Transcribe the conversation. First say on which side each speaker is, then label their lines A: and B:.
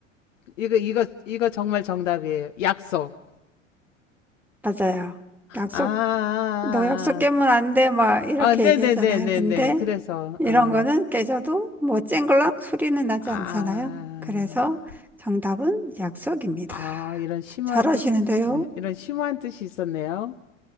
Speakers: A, on the left (about 75°); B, in the centre.
A: 이거 이거 이거 정말 정답이에요. 약속.
B: 맞아요. 약속
A: 아, 아,
B: 너 약속 깨면 안 돼, 막 이렇게
A: 아. 아, 네네네네네.
B: 얘기하잖아요. 근데
A: 그래서
B: 이런
A: 어,
B: 거는 깨져도 뭐 쨍글락 소리는 나지
A: 아,
B: 않잖아요. 그래서
A: 아,
B: 정답은 약속입니다.
A: 아, 이런 심오한
B: 잘하시는데요?
A: 뜻이 이런 심오한 뜻이 있었네요.